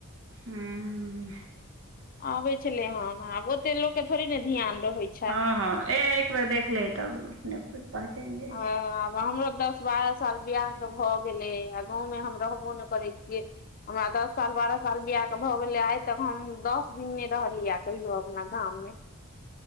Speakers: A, on the right; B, on the left.
A: ह्म्म
B: अबै छलै हँ आब ओ त लोकके थोड़े ने ध्यान रहै छै,
A: हँ हँ ए एक बेर देखले तब अप पहचान जाइ
B: ह
A: छै।
B: हमरो दस, बारह साल बियाह त भऽ गेलै आ गाँवमे हम रहबो नहि करै छियै। हमरा दस साल बारह साल बियाह, भऽ गेले आइ तक हम दस दिन नहि रहलियै कहियो अपना गाम मे,